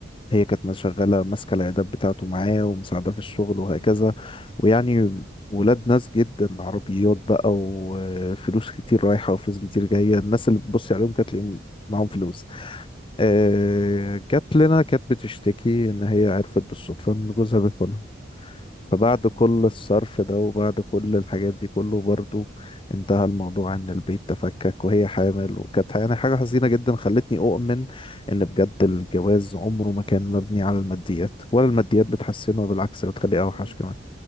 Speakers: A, on the left; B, on the left.
A: وهي كانت شغالة ماسكة العيادات بتاعته معاه ومساعدة في الشغل وهكذا
B: أمم.
A: ويعني ولاد ناس جدا عربيات بقى وفلوس كتير رايحة وفلوس كتير جاية الناس اللي بتبصي عليهم كانت تلاقيهم معاهم فلوس آه،
B: أمم.
A: جت لنا كانت بتشتكي ان هي عرفت بالصدفه ان جوزها بيخونها فبعد
B: يا
A: كل
B: الله
A: الصرف ده وبعد كل الحاجات دي كله برضو انتهى الموضوع ان البيت تفكك وهي حامل وكانت يعني حاجه حزينه جدا خلتني اؤمن ان بجد الجواز عمره ما كان مبني على الماديات ولا الماديات بتحسنه
B: آه،
A: بالعكس بتخليه
B: خالص
A: اوحش كمان